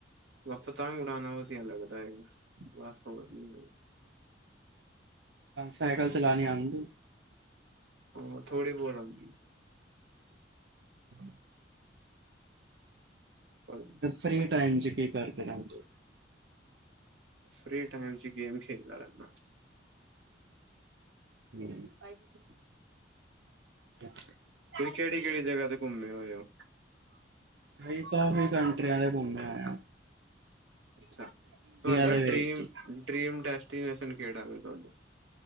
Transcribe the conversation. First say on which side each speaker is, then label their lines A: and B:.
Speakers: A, on the right; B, on the right.
A: ਵਾ ਪਤੰਗ ਉੜਾਣਾ ਵਧੀਆ ਲੱਗਦਾ ਹੈਗਾ ਬਸ ਹੋਰ ਨੀ।
B: ਸਾਈਕਲ ਚਲਾਣੀ ਆਂਦੀ?
A: ਹਾਂ ਥੋੜੀ ਬੋਤ ਆਂਦੀ।
B: <unintelligible>
A: <inaudible>
B: ਫਰੀ ਟਾਈਮ ਚ ਕੀ ਕਰਦੇ ਰੈਂਦੇ ਓ?
A: ਫ੍ਰੀ ਟਾਈਮ ਚ ਗੇਮ ਖੇਲਦਾ ਰੈਨਾ।
B: ਹੂੰ।
A: ਫਾਈ <inaudible>
B: <unintelligible>
A: ਤੁਸੀਂ ਕੇੜੀ-ਕੇੜੀ ਜਗ੍ਹਾ ਤੇ ਘੁੰਮੇ ਹੋਏ ਓ?
B: ਵੈਸੇ ਕਾਫੀ ਕੰਟਰੀਆਂ ਦੇ ਘੁੰਮੇ ਹੋਏ ਆ।
A: ਅੱਛਾ ਤੁਹਾਡਾ
B: ਦੇ
A: ਡਰੀਮ
B: ਵਿੱਚ
A: ਡੈਸਟੀਨੇਸ਼ਨ ਕੇੜਾ ਤੁਹਾਡਾ?